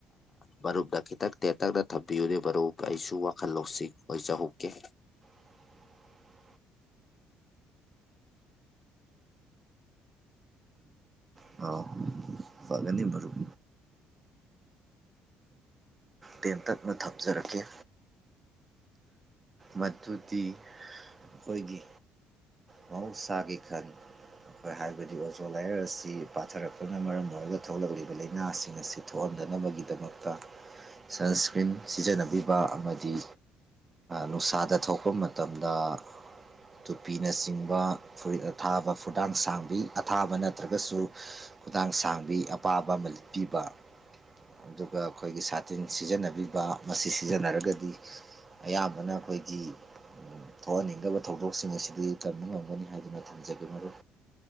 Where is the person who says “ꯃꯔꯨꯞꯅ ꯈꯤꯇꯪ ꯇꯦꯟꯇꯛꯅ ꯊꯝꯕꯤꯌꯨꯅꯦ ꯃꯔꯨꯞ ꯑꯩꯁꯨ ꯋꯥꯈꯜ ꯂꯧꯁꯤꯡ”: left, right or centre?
Left